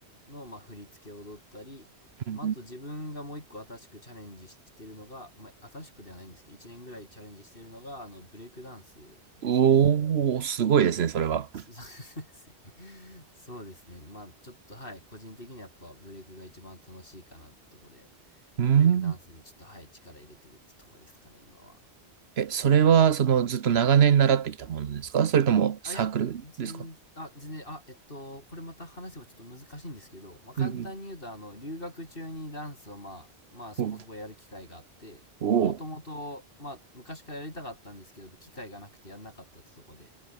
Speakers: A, on the left; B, on the right.
A: の、まあ、振り付けを踊ったり、
B: うんうん
A: まあ、あと自分がもう一個新しくチャレンジしてるのが、まあ、新しくではないんですけど、1年ぐらいチャレンジしてるのが、あの、ブレイクダンスですね。
B: おおー、すごいですね、それは。
A: <laughs> そうですね。そうですね。まあ、ちょっと、はい、個人的にはやっぱブレイクが一番楽しいかなってとこで、
B: うん。
A: ブレイクダンスにちょっと、はい、力入れてるってとこですかね、今は。
B: え、それは、その、ずっと長年習ってきたものですかそれともサークルですか
A: はい。あ、いや、全あ、全然、あ、えっと、これまた話せばちょっと難しいんですけど、まあ、簡単に言うと、
B: うん
A: あの、留学中にダンスを、まあ、まあ、そこそこやる機会があって、
B: うん。おお、
A: もともと、まあ、昔からやりたかったんですけど、機会がなくてやんなかったってとこで、